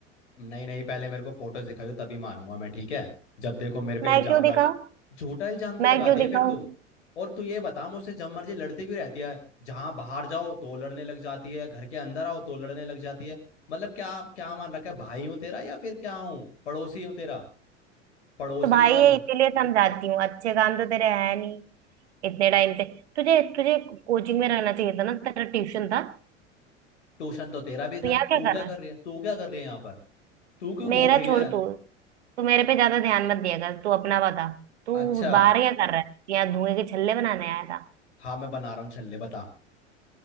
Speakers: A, on the left (about 65°); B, on the right (about 65°).
A: नहीं नहीं पहले मेरे को फोटोज दिखाइयो तभी मानूंगा मैं ठीक है जब देखो मेरे पे
B: मैं
A: इल्जाम
B: क्यों
A: लग
B: दिखाऊं
A: झूठा इल्जाम क्यों
B: मैं
A: लगाती
B: क्यों
A: है
B: दिखाऊं
A: फिर तू और तू ये बता मुझसे जब मर्जी लड़ती क्यों रहती है जहाँ बाहर जाओ तो लड़ने लग जाती है घर के अंदर आओ तो लड़ने लग जाती है मतलब क्या क्या मान रखा है भाई हूँ तेरा या फिर क्या हूँ पड़ोसी हूँ तेरा पड़ोसी
B: तो भाई
A: की तरह
B: ये
A: लड़
B: इसीलिए समझाती हूँ अच्छे काम तो तेरे है नहीं इतने टाइम से तुझे तुझे कोचिंग में रहना चाहिए था ना तेरा ट्यूशन था
A: ट्यूशन तो तेरा भी
B: तू
A: था
B: यहाँ क्या
A: तू
B: कर
A: क्या
B: रहा है
A: कर रही है तू क्या कर रही है यहाँ पर तू क्यों घूम
B: मेरा
A: रही
B: छोड़
A: है
B: तू तू मेरे पे ज्यादा ध्यान मत दिया कर तू अपना बता तू
A: अच्छा
B: बाहर क्या कर रहा है यहाँ धुएं के छल्ले बनाने आया था
A: हाँ मैं बना रहा हूँ छल्ले बता